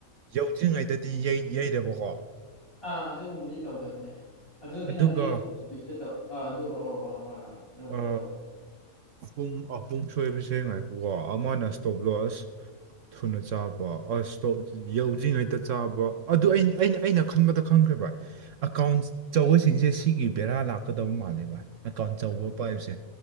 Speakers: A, on the right; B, on the left.
A: ꯌꯧꯗ꯭ꯔꯤꯉꯩꯗꯗꯤ ꯌꯩ ꯌꯩꯗꯕꯀꯣ
B: ꯑꯥ ꯑꯗꯨꯒꯨꯝꯕꯗꯤ ꯇꯧꯗꯕꯅꯦ ꯑꯗꯨꯗꯤꯅꯗꯤ
A: ꯑꯗꯨꯒ
B: ꯐꯅ <unintelligible> <unintelligible> ꯑꯥ ꯑꯗꯨ ꯑꯣ ꯍꯣꯏ ꯍꯣꯏ ꯑꯗꯨꯝꯕꯗ
A: ꯑ
B: ꯇꯧꯋꯦ
A: ꯑꯍꯨꯝ ꯑꯍꯨꯝ ꯁꯣꯏꯕꯁꯦ ꯉꯥꯏ ꯋꯥ ꯑꯃꯅ ꯏꯁꯇꯣꯞ ꯂꯣꯁ ꯊꯨꯅ ꯆꯥꯕ ꯑꯁꯇꯣꯞ ꯌꯧꯗ꯭ꯔꯤꯉꯩꯗ ꯆꯥꯕ ꯑꯗꯨ ꯑ ꯑꯩꯅ ꯑꯩꯅ ꯈꯟꯕꯗ ꯈꯪꯈ꯭ꯔꯦ ꯚꯏ ꯑꯦꯀꯥꯎꯟ ꯆꯧꯕꯁꯤꯡꯁꯦ ꯁꯤꯒꯤ ꯕꯦꯔꯥ ꯂꯥꯛꯀꯗꯕ ꯃꯥꯜꯂꯦ ꯚꯥꯏ ꯑꯦꯀꯥꯎꯟ ꯆꯧꯕ ꯄꯥꯏꯕꯁꯦ